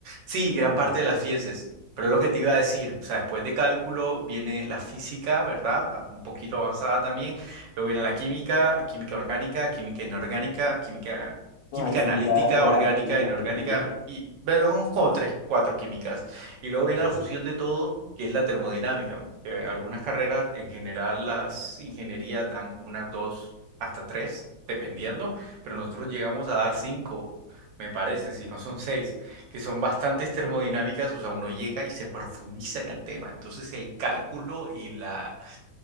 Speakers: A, on the right (about 80°); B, on the left (about 80°).
A: Sí, gran
B: como
A: parte
B: tal.
A: de las ciencias. Pero lo que te iba a decir, o sea, después de cálculo viene la física, ¿verdad? Ah, Un poquito avanzada también. Luego viene la química, química orgánica, química inorgánica, química, química
B: No, ahí sí
A: analítica,
B: ya todas
A: orgánica,
B: las químicas
A: inorgánica,
B: me refiero.
A: y vamos como tres, cuatro químicas. Y luego viene
B: Ajá.
A: la fusión de todo, que es la termodinámica. que algunas carreras, en general, las ingenierías dan como unas dos hasta tres, dependiendo, pero nosotros llegamos a dar cinco, me parece, si no son seis que son bastantes termodinámicas, o sea, uno llega y se profundiza en el tema. Entonces el cálculo y la